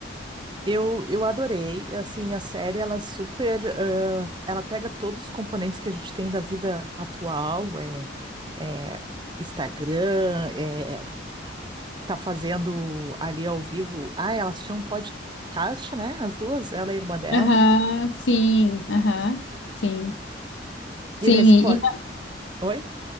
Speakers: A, on the right (about 25°); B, on the left (about 80°).
A: Eu, eu adorei, assim, a série, ela é super, ãh, ela pega todos os componentes que a gente tem da vida atual, é, é Instagram, é, tá fazendo ali ao vivo, ah, elas tinham um podcast, né, as duas, ela e a irmã dela,
B: Aham, sim, aham, sim.
A: e
B: Sim,
A: nesse
B: e,
A: pod...
B: e-
A: Oi?